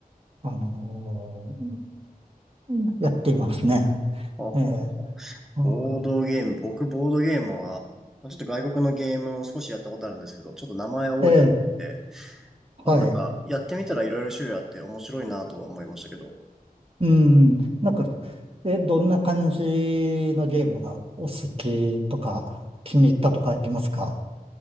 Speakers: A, on the right; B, in the centre.
A: あのうんやっていますね。
B: ほうほうほうほう
A: ええ、うん
B: ボードゲーム、僕ボードゲームは、まあちょっと外国のゲームを少しやったことあるんですけど、ちょっと名前覚えてなくて、
A: ええ、
B: まあのなんか、
A: はい。
B: やってみたらいろいろ種類あって面白いなとは思いましたけど、
A: うん、なんか、え、どんな感じのゲームがお好きとか、気に入ったとかありますか